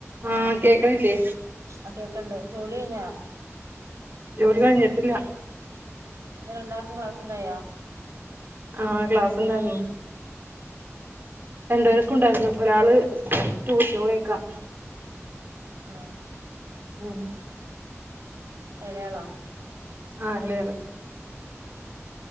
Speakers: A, on the right; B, on the right.
A: ആഹ്
B: ആ
A: കേക്കണില്ലേ
B: ആ കേക്കണ്ട് ജോലി കഴഞ്ഞാ
A: ജോലി കഴിഞ്ഞിട്ടില്ല.
B: രണ്ടാക്കും ക്ലാസ് ഉണ്ടായാ
A: ആ ക്ലാസ് ഇണ്ടാർന്നു രണ്ടു പേർക്കും ഉണ്ടായിരുന്നു ഒരാള് ടൂഷന് പോയേക്ക
B: ആ
A: ഉം
B: ഇളയാളാ
A: ആ് എളേയാള്